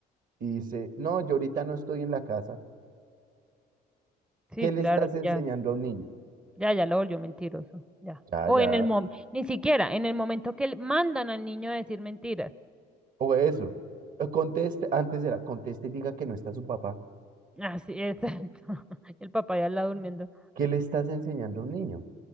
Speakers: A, on the right (about 55°); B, in the centre.
A: y dice, no, yo ahorita no estoy en la casa.
B: Sí,
A: ¿Qué le
B: claro,
A: estás enseñando
B: ya,
A: a un niño?
B: ya, ya lo volvió mentiroso. Ya.
A: Ya,
B: O
A: ya.
B: en el momento, ni siquiera, en el momento que le- mandan al niño a decir mentiras.
A: O eso. eh, Conteste, antes era, conteste y diga que no está su papá.
B: Así es. <laughs> El papá ya está durmiendo.
A: ¿Qué le estás enseñando a un niño?